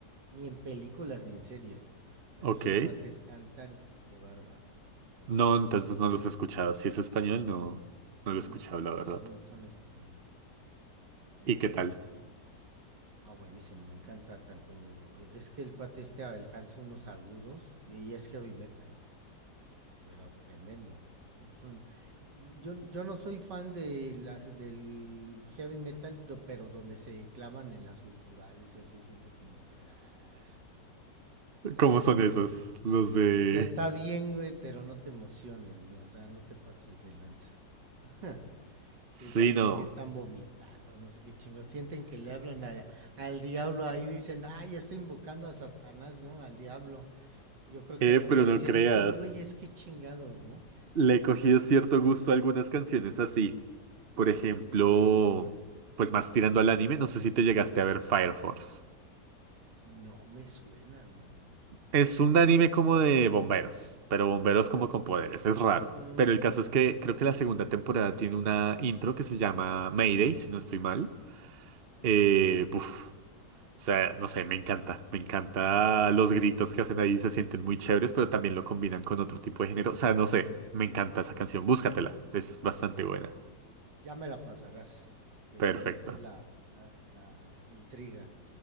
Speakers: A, on the right (about 75°); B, on the right (about 45°).
A: ni en películas ni en series. Pero
B: Ok.
A: esos cuates cantan que qué bárbaro. Ya los
B: No,
A: recomiendo
B: entonces
A: ampliamente.
B: no los he escuchado. Si es español, no,
A: Ujú,
B: no lo he escuchado, la
A: sí,
B: verdad.
A: son, son españoles. Em,
B: ¿Y qué tal?
A: ah, buenísimo, me encanta tanto. eh, Es que el cuate este alcanza unos agudos y es heavy metal. pero tremendo. Es un- yo, yo no soy fan de la- del heavy metal, do- pero donde se clavan en las guturales y así siento como que... ah, o sea,
B: ¿Cómo son esos? Los
A: es-
B: de...
A: o sea, está bien, güey, pero no te emociones, ¿no? O sea, no te pases de lanza. <laughs> Sí,
B: Sí,
A: parece
B: no.
A: que están vomitando, no sé qué chingos Sienten que le hablan a- al diablo ahí, dicen, ah, ya estoy invocando a Satanás, ¿no? Al diablo. Yo creo
B: Eh,
A: que al diablo
B: pero
A: le
B: no
A: decir,
B: creas.
A: ¿y estos güeyes qué chingados, no?
B: Le he cogido cierto gusto a algunas canciones así. Por ejemplo,
A: Ujú.
B: pues más tirando al anime, no sé si te llegaste a ver Fire Force.
A: No me suena, hermano.
B: Es un anime como de bomberos, pero bomberos como con poderes, es raro.
A: Ujujú.
B: Pero el caso es que creo que la segunda temporada tiene una intro que se llama Mayday, si no estoy mal. Eh, uf, o sea, no sé, me encanta, me encanta los gritos que hacen ahí, se sienten muy chéveres, pero también lo combinan con otro tipo de género. O sea, no sé, me encanta esa canción, búscatela, es bastante buena.
A: Ya me la pasarás, porque
B: Perfecto.
A: ya me entró la, la, la- la intriga.